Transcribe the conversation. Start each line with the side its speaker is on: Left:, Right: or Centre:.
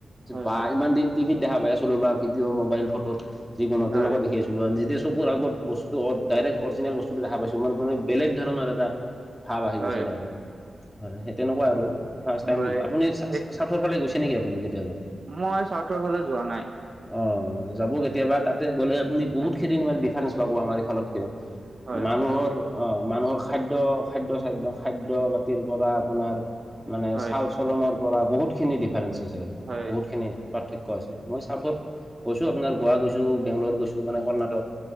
Right: হয়
Centre: বা ইমান দিন। টিভিত দেখা পাই আছিলো বা ভিডিঅ' মবাইল ফটোত যিকোনো তেনেকুৱা
Right: হয়
Centre: দেখি আছিলো। যেতিয়া চকুৰ আগত বস্তু ডাইক্ট অৰিজিনেল বস্তুটো দেখা পাইছো মোৰ মানে বেলেগ ধৰণৰ এটা ভাৱ আহি
Right: হয়
Centre: গৈছিলে আৰু হয় সেই তেনেকুৱা আৰু ফাৰ্ষ্ট টাইম
Right: হয়
Centre: আপুনি
Right: সেই
Centre: চাউথৰ ফালে গৈছে নেকি আপুনি কেতিয়াবা?
Right: মই চাউথৰফালে যোৱা নাই।
Centre: অ' যাব কেতিয়াবা তাতে গ'লে আপুনি বহুত
Right: হয়
Centre: খিনি মানে ডিফাৰেন্ঞ্চ পাব আমাৰ এইফালতকে।
Right: হয়
Centre: মানুহৰ অহ মানুহৰ খাদ্য- খাদ্য চাদ্য খাদ্য পাতিৰ পৰা আপোনাৰ। মানে
Right: হয়
Centre: চাল চলনৰ পৰা বহুতখিনি ডিফাৰেন্ঞ্চ আছে আৰু
Right: হয়
Centre: বহুত সেইখিনি পাৰ্থক্য আছে মই চাউথত গৈছো আপোনাৰ গোৱা গৈছো বেংগলৰ গৈছো মানে কৰ্ণাটক।